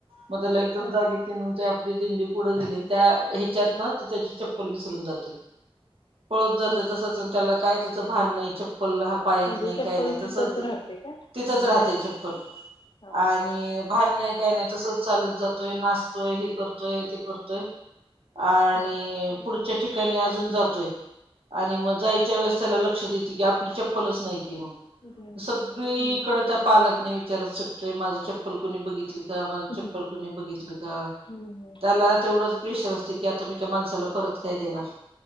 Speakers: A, on the right; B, on the left.
A: मग त्याला एकदम
B: हा
A: जाग ये ते आणि म्हणतोय आपली दिंडी पुढं गेली त्या ह्याच्यातनं तो त्याची चप्पल विसरून जातोय. पळत जातोय
B: हा
A: तसंच
B: हा
A: आणि त्याला काय त्याचं भान नाही चप्पल हा पायात
B: म्हणजे
A: नाही
B: चप्पल
A: काही नाही
B: तिथंच
A: तसंच
B: राहते का?
A: तिथंच
B: हम्म,
A: राहतंय
B: हम्म.
A: चप्पल
B: हा
A: आणि भान नाही काय नाही तसंच चालत जातोय नाचतोय हे करतोय ते करतोय आणि
B: हा
A: पुढच्या ठिकाणी अजून जा आणि मग जायच्या वेळेस त्याला लक्षात येते की आपली चप्पलच नाही की मग
B: बरं.
A: सगळीकडं
B: हम्म
A: त्या <unintelligible> विचारत सुटतोय माझं चप्पल कुणी बघितलीत का माझं
B: हम्म
A: चप्पल कुणी बघितलं का?
B: हम्म हम्म.
A: त्याला तेवढंच प्रेशर असतोय की आता मी त्या माणसाला परत काय देणार?